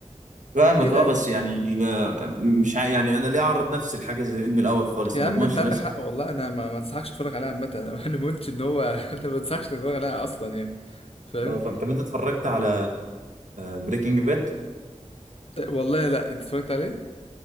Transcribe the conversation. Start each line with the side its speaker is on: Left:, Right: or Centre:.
Right: فاهمك
Left: كده
Right: اه بس
Left: يعني
Right: يعني آه، مش ع- يعني انا ليه اعرض نفسي لحاجه زي دي من الاول خالص
Left: يا
Right: ما
Left: عم
Right: اضمنش
Left: انت عندك
Right: نفسي
Left: حق والله انا ما ما انصحكش تتفرج عليها عامة <laughs> انا أنا ما قلتش ان هو <laughs> انا ما انصحكش تتفرج عليها اصلا يعني فاهم
Right: اه فاهم طب انت اتفرجت على بريكنج باد اه
Left: والله لا انت اتفرجت عليه